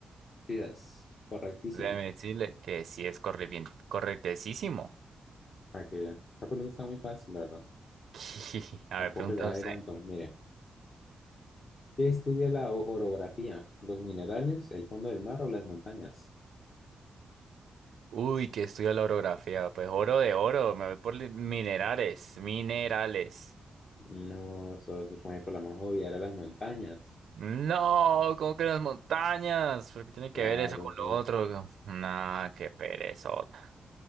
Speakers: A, on the left; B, on the right.
A: Sí, es correctísimo.
B: Déjeme decirle que sí es corre bien, correctísimo.
A: Para que vea. La pregunta está muy fácil, la verdad.
B: <laughs> A
A: Tampoco
B: ver, pregunta
A: le va
B: usted.
A: a ir tanto. Mire. ¿Qué estudia la o- orografía? ¿Los minerales, el fondo del mar o las montañas?
B: Uy, que estudia la orografía. Pues oro de oro, me voy por li- minerales, minerales.
A: No, socio, como por la más obvia era las montañas.
B: No, ¿cómo que las montañas? ¿Por qué tiene
A: Claro,
B: que ver eso con
A: todo
B: lo otro?
A: eso.
B: Nah, qué perezota.